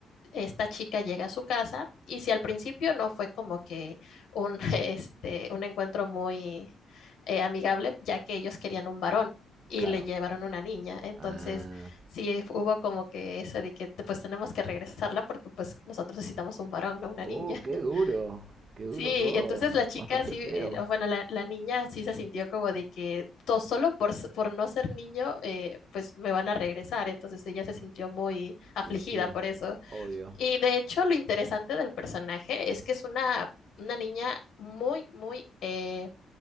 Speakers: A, on the left; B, on the right.
A: esta chica llega a su casa y si al principio no fue como que un, <laughs> este, un encuentro muy eh, amigable, ya que ellos querían un varón y
B: claro.
A: le llevaron una niña. Entonces,
B: Ah,
A: sí hubo como que eso de que te- pues tenemos que regresarla porque pues nosotros necesitamos un varón, no una
B: uh,
A: niña.
B: qué duro,
A: <laughs>
B: qué duro
A: Sí,
B: todo.
A: entonces la chica
B: Bastante
A: sí,
B: feo.
A: eh, o bueno, la, la niña sí se sintió como de que todo solo por, s- por no ser niño, eh, pues me van a regresar. Entonces ella se sintió muy afligida
B: Y sí,
A: por eso.
B: obvio.
A: Y de hecho, lo interesante del personaje es que es una, una niña muy, muy eh,